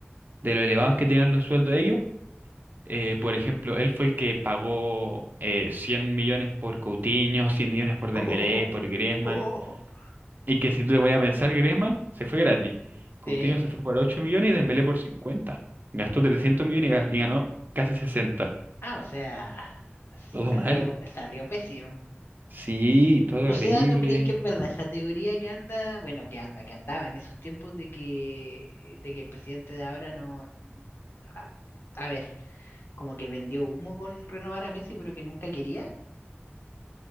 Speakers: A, on the right; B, on the left.
A: De lo elevados que tenían los sueldos ellos, eh, por ejemplo, él fue el que pagó eh, 100 millones por Coutinho, 100 millones por Dembélé,
B: <laughs>
A: por Griezmann. Y que si tú te ponías a pensar, Griezmann se fue gratis. Coutinho
B: Sí.
A: se fue por 8 millones y Dembélé por cincuenta Gastó 300 millones y gas- y ganó casi sesenta
B: Ah, o sea,
A: Todo
B: salió,
A: mal.
B: salió pésimo.
A: Sí, todo
B: O
A: horrible.
B: sea, ¿tú crees que es verdad esa teoría que anda, bueno, que anda, que andaba en esos tiempos de que, de que el presidente de ahora no, a, a ver, como que vendió humo con renovar a Messi, pero que nunca quería?